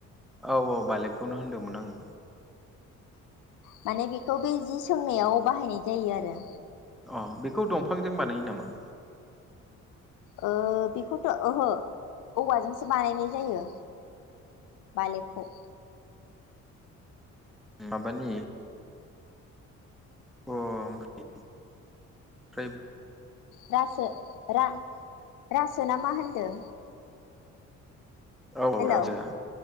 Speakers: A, in the centre; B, on the left.
A: औ औ बालेबखौनो होनदोंमोन आङो।
B: माने बेखौ बे जि सोंनायाव बाहायनाय जायो आरो।
A: अ' बेखौ दंफांजों बानायो नामा?
B: ओ बेखौथ' ओहो औवाजोंसो बानायनाय जायो बालेबखौ।
A: माबानि अ- आमफ्राय फ्राय
B: रासो रा-रासो ना मा होनदों?
A: औ
B: हेलौ
A: राजाया।